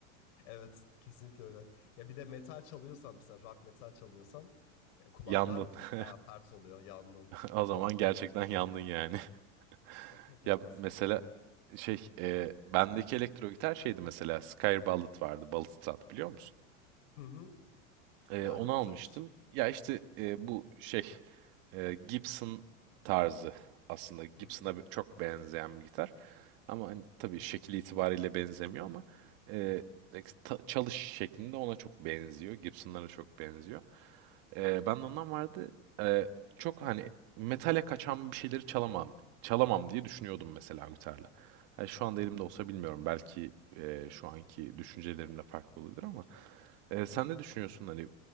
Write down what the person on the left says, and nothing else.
Evet, kesinlikle öyle. Ya bir de metal çalıyorsan mesela rock metal çalıyorsan e, kulaklar
bayağı pert oluyor. Yandım.
<laughs>
Evet.
Hı hı.
Yani
sayılır.
Hı hı.
Hı
hı.